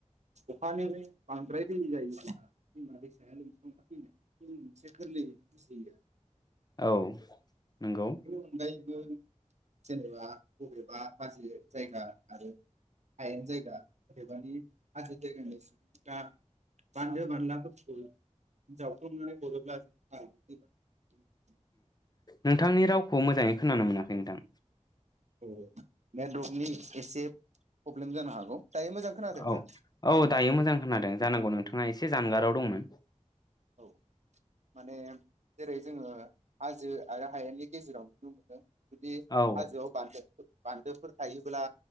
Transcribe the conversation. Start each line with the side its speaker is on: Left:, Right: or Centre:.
Right: अखानिबो बांद्राय दै जायोब्ला दैमा दैसाया लोमसां फैनाय जों मोनसे गोरलैयैनो बुजियो आरो
Left: औ नंगौ।
Right: अनगायैबो जेनेबा बबेबा हाजो जायगा आरो हायेन जायगा अबेबानि हाजो जायगानि सुबुं दा बान्दो बानलाखौ हि जावफ्लंनानै हरोब्ला जों माने <unintelligible>
Left: नोंथांनि रावखौ मोजाङै खोनानो मोनाखै नोंथां।
Right: औ नेटवर्कनि एसे प्रब्लेम जानो हागौ। दायो मोजां खोनादों
Left: औ
Right: ना
Left: औ दायो मोजां खोनादों जानांगौ नों नोंथाङा एसे जानगाराव दंमोन।
Right: औ माने जेरै जोङो हाजो आरो हायेननि गेजेराव नुनो मोनो। जुदि
Left: औ
Right: हाजोआव <unintelligible> बान्दोफोर थायोब्ला